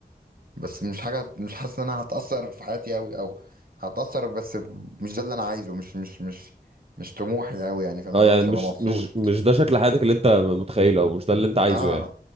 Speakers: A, on the right; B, on the right.
A: بس مش حاجه مش حاسس ان انا هتاثر في حياتي قوي او هتاثر بس مش ده اللي انا عايزه مش مش مش مش طموحي قوي يعني فاهم
B: اه
A: اللي
B: يعني
A: هو مش
B: مش
A: هبقى مبسوط
B: مش مش ده شكل حياتك اللي انت متخيله او مش ده اللي انت عايزه
A: اه
B: يعني